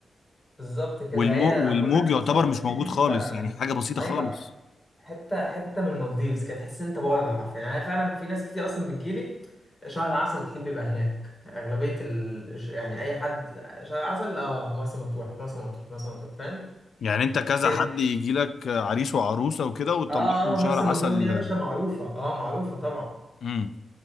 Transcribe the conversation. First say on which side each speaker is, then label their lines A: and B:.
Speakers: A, on the left; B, on the left.
A: بالظبط كده
B: والمو
A: هي
B: والموج
A: انا بقول لك مرسى
B: يعتبر
A: مطروح
B: مش
A: دي
B: موجود خالص
A: حته
B: يعني حاجة بسيطة
A: ايوه
B: خالص
A: حته حته من المالديفز كانت تحس إن انت بره حرفيا يعني أنا فعلا في ناس كتير اصلا بتجيلي شهر العسل كتير بيبقى هناك اغلبيه ال... يعني اي حد شهر العسل اه مرسى مطروح مرسى مطروح مرسى مطروح فاهم
B: يعني انت كذا
A: كده
B: حد يجي لك عريس وعروسة وكده وتطلعهم
A: اه اه
B: شهر
A: مرسى
B: عسل
A: مطروح دي يا باشا معروفه اه معروفه طبعا
B: امم